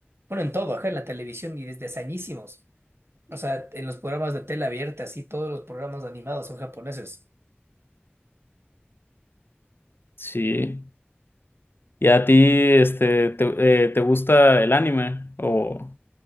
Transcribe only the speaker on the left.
Sí. ¿Y a ti, este, te, eh, te gusta el anime? O